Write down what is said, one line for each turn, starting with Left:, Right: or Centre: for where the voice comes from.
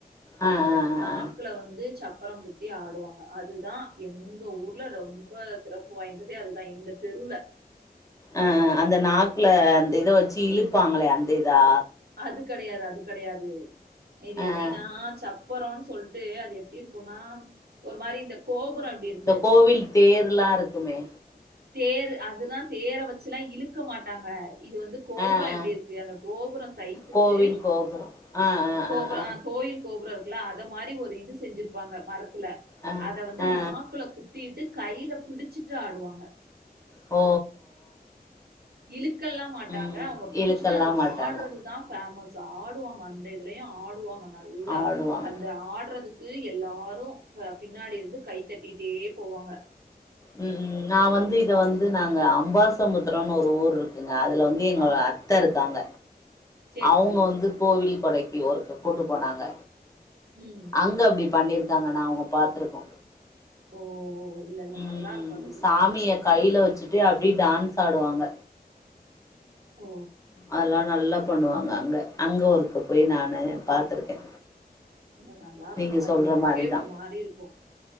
Left: ஆ ஆ
Right: நாக்குல
Left: ஆ
Right: வந்து சப்பரம் குத்தி ஆடுவாங்க அது தா எங்க ஊர்ல ரொம்ப சிறப்பு வாய்ந்ததே அதுதா எங்க தெருலவு
Left: அ அ அந்த நாக்குல அந்த இத வச்சி இழுப்பாங்களே அந்த இதா
Right: அது கெடையாது அது கெடையாது இது எப்டின்னா
Left: ஆ
Right: சப் போறோன் சொல்ட்டு அது எப்டி இருக்குனா ஒரு மாரி இந்த கோபுரம் எப்படி இருக்கு?
Left: இந்த கோவில் தேர்லா இருக்குமே
Right: தேர் அதுலா தேர வச்சுல்லா இழுக்க மாட்டாங்க இது வந்து கோபுர
Left: ஆ
Right: எப்டி
Left: ஆ
Right: இருக்கு அந்த கோபுர சைஸுக்கு
Left: கோவில் கோபுரோ ஆ ஆ
Right: கோபுர
Left: ஆ ஆ
Right: அ கோயில் கோபுர இருக்குலா அத மாரி ஒரு இது செஞ்சிருப்பாங்க மரத்துல
Left: ஆ
Right: அத வந் து
Left: ஆ ஆ
Right: நாக்குல குத்திட்டு கைல புடிச்சிட்டு ஆடுவாங்க
Left: ஓ
Right: இழுக்கல்லா மாட்டாங்க
Left: ம்
Right: அவுங்க புடிச்சிட்டு
Left: இழுக்கல்லா
Right: அதுல
Left: மாட்டாங்க
Right: ஆட்றது தா பேமஸ் ஆடுவாங்க அந்த இதுலயு ஆடுவாங்க நல்லா
Left: ஆடுவாங்க
Right: அந்த ஆடுறதுக் கு எல்லாரு பின்னாடி இருந்து கைத்தட்டிட்டே போவாங்க
Left: ம் ம் நா வந்து இத
Right: அவங்க
Left: வந்து
Right: சொ
Left: நாங்க அம்பாசமுத்ரம்ன் ஒரு ஊர் இருக்குங்க அதுல வந் து எங்களோ
Right: ஆ
Left: அத்த இருக்காங்க
Right: சரி,
Left: அவுங்க
Right: சரி.
Left: வந்து கோவில் கடைக்கு ஒருக்க கூட்டு போனாங்க
Right: ம்
Left: அங்க அப்டி பண்ணிருக்காங்க நாங்க அவுங்க பாத்துருக்கோ
Right: ஓ இல்ல, இல்ல.
Left: ம்
Right: நல்லாருக்கும் அது.
Left: சாமிய
Right: நமக்
Left: கைல வச்சிட்டு அப்டியே டான்ஸ் ஆடுவாங்க
Right: ஓ
Left: அதெல்லா நல்லா பண்ணுவாங்க அங்க அங்க ஒருக்க போய் நானு பாத்திருக்கே
Right: இல்ல நல்லா இருக்கு
Left: நீங்க
Right: அது
Left: சொல்ற
Right: நமக்கே
Left: மாரிதா
Right: ஒரு மாரி இருக்கு